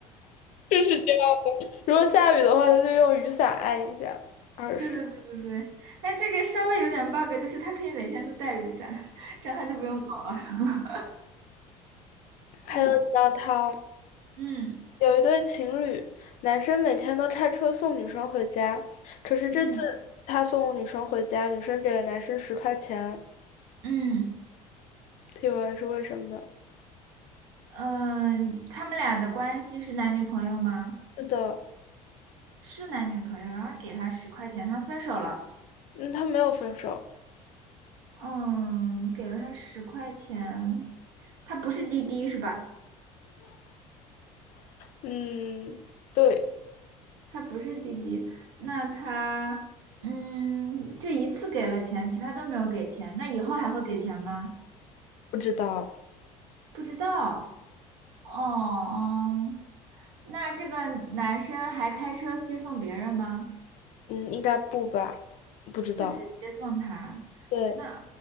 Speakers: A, on the left (about 40°); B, on the right (about 60°).
A: 就是这样。如果下雨的话，他就用雨伞按一下二十。
B: 对对对对对，但这个稍微有点 bug，就是他可以每天都带雨伞，<laughs> 这样他就不用走了。<laughs>
A: 还有一道汤。
B: 嗯嗯
A: 有一对情侣，男生每天都开车送女生回家，可是这次
B: 嗯
A: 他送女生回家，女生给了男生十块钱，
B: 嗯，
A: 提问是为什么？
B: 嗯，呃他们俩的关系是男女朋友吗？
A: 是的，
B: 是男女朋友，然后给他十块钱，他分手了。
A: 嗯，他没有分手，
B: 嗯，给了他十块钱，他不是滴滴是吧？
A: 嗯，对，
B: 他不是滴滴，那他嗯，就一次给了钱，其他都没有给钱，那以后还会给钱吗？
A: 不知道，
B: 不知道。哦哦，那这个男生还开车接送别人吗？
A: 嗯，应该不吧，不知道，
B: 就只接送他？
A: 对，
B: 那